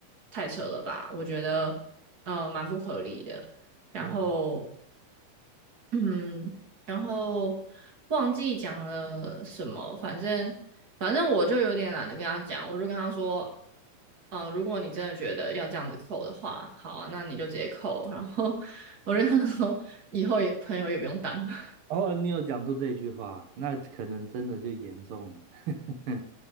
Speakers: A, on the right; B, on the right.
A: 太扯了吧，我觉得呃蛮不合理的，然后
B: 哦，
A: 嗯，然后忘记讲了什么，反正反正我就有点懒得跟他讲，我就跟他说，嗯，如果你真的觉得要这样子扣的话，好啊，那你就直接扣。然后我就跟他说，以后也朋友也不用当了。
B: 哦，你有讲出这句话，那可能真的就严重了，<laughs>